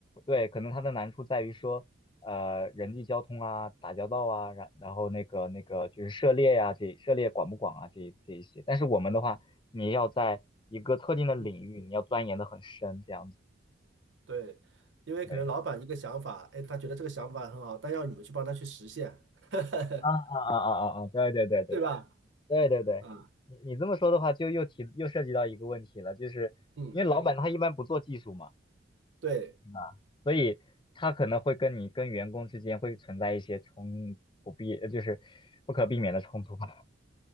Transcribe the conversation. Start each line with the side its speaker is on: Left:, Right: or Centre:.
Left: 对，可能它的难处在于说，呃，人际交通啊，打交道啊，然然后那个那个就是涉猎呀、这涉猎广不广啊，这这一些。但是我们的话，你要在一个特定的领域，
Right: 嗯，
Left: 你要钻研的很深，这样子。
Right: 对，因为可能老板一个想法，
Left: 对，
Right: 哎，他觉得这个想法很好，但要你们去帮他去实现，<laughs>
Left: 啊啊啊啊啊啊！对对对对对
Right: 对吧？
Left: 对对对，
Right: 啊，
Left: 你你这么说的话，就又提又涉及到一个问题了，就是因为老板他一般不做技术嘛。
Right: 嗯，对，
Left: 啊，所以他可能会跟你跟员工之间会存在一些冲不必，呃就是不可避免的冲突吧。